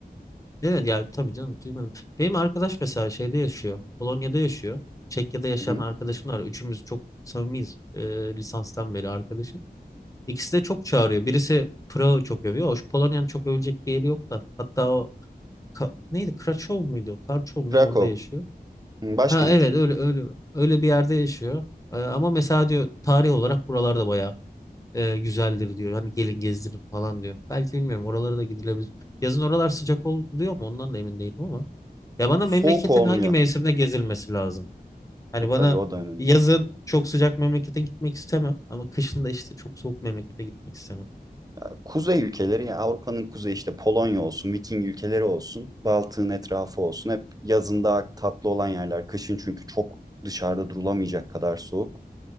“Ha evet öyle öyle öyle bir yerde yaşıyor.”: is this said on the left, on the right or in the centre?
Left